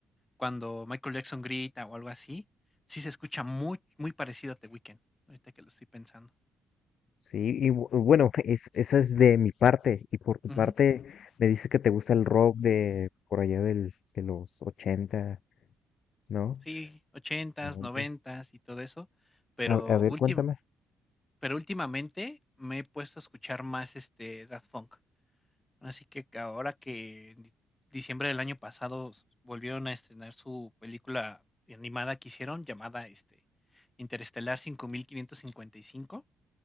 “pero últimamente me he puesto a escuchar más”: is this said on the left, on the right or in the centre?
Left